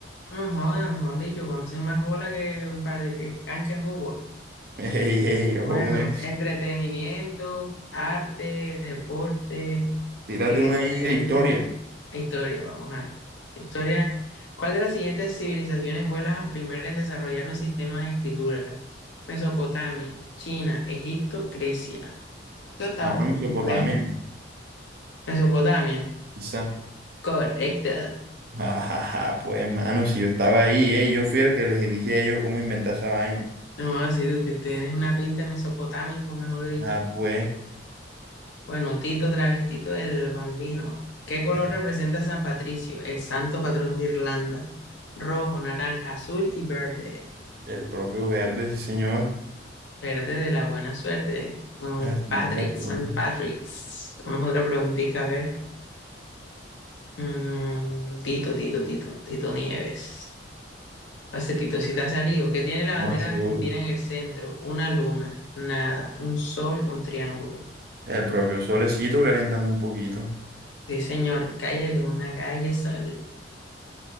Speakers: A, on the left; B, on the right.
A: No joda, mejor dicho, conoce más bola que, un par de- que cancha de fútbol.
B: <laughs> ey, ey, ojo
A: Bueno,
B: con eso.
A: entretenimiento, arte, deporte,
B: Tírate
A: eh,
B: una ahí
A: historia,
B: de historia,
A: historia, vamos a ver. Historia. ¿Cuál de las siguientes civilizaciones fue la primera en desarrollar un sistema de escritura? Mesopotamia, China, Egipto, Grecia. Esto está
B: mano
A: joda,
B: Mesopotamia,
A: complejo. Mesopotamia.
B: quizá.
A: Correcto.
B: <laughs> Ajá, pues mano, si yo estaba ahí, ey, yo fui el que les dije a ellos cómo inventar esa vaina.
A: No, si tú te- tienes una pinta de mesopotámico, mejor dicho.
B: Ah, pues,
A: Bueno, Tito, travestito del Bambino. ¿Qué color
B: el,
A: representa San Patricio, el santo patrón de Irlanda? Rojo, naranja, azul y verde.
B: el propio verde, sí señor.
A: Verde de la buena suerte. Mm,
B: Así
A: Patrick,
B: es, el
A: San
B: propio,
A: Patrick's. Vamos a otra preguntita, a ver. Mm, Tito, Tito, Tito, Tito Nieves. Hace Tito, si te ha salido. ¿Qué tiene la
B: no,
A: bandera
B: más seguro.
A: de Argentina en el centro? Una luna, nada, un sol, un triángulo.
B: El propio solecito, caléntame un poquito.
A: Sí, señor, calle luna, calle sol.